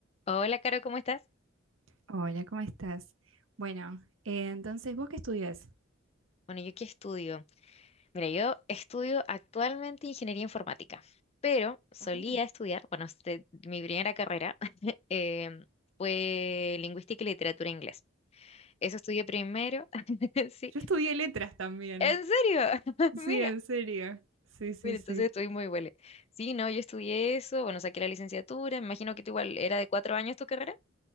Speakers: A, on the left; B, on the right.
A: Hola, Caro, ¿cómo estás?
B: Hola, ¿cómo estás? Bueno, eh, entonces, ¿vos qué estudias?
A: Bueno, ¿yo qué estudio? Mira, yo estudio actualmente ingeniería informática, pero solía
B: Oh,
A: estudiar, bueno, este, mi primera carrera <laughs> em, fue lingüística y literatura inglés. Eso estudié primero, <laughs> sí.
B: yo estudié letras también.
A: ¿En serio? <laughs>
B: Sí,
A: Mira,
B: en serio. Sí, sí,
A: mira,
B: sí.
A: entonces estoy muy buena. Sí, no, yo estudié eso, bueno, saqué la licenciatura, me imagino que tú igual era de cuatro años tu carrera.